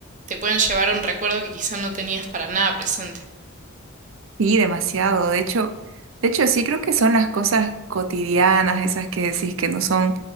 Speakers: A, on the right (about 35°); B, on the right (about 70°).
A: te pueden llevar a un recuerdo que quizás no tenías para nada presente.
B: Sí, demasiado. De hecho, de hecho, sí creo que son las cosas cotidianas, esas que decís que no son